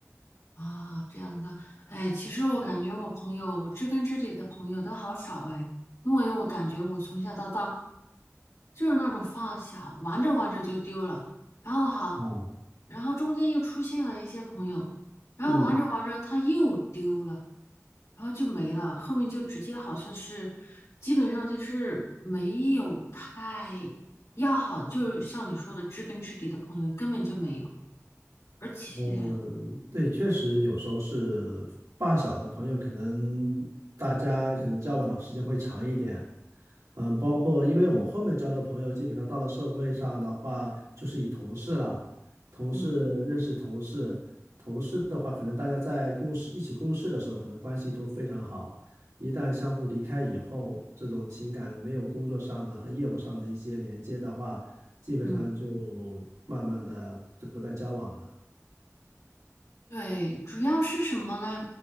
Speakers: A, on the left; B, on the right.
A: 啊，这样子啊，哎，其实我感觉我朋友，我知根知底的朋友都好少哎，因为我感觉我从小到大就是那种发小，玩着玩着就丢了，然后好，
B: 哦，
A: 然后中间又出现了一些朋友，然后玩着玩着他又丢了。
B: 嗯。
A: 然后就没了，后面就直接好像是，基本上就是没有太要好，就是像你说的知根知底的朋友根本就没有，而且，
B: 嗯，对，确实有时候是发小的朋友，可能大家可能交往的时间会长一点。嗯，包括因为我们后面交的朋友，基本上到了社会上的话，就是以同事了，同事认识同事，
A: 嗯
B: 同事的话，可能大家在共事一起共事的时候，可能关系都非常好。一旦相互离开以后，这种情感没有工作上的和业务上的一些连接的话，基本上就慢慢的就不再交往了。
A: 嗯，对，主要是什么呢？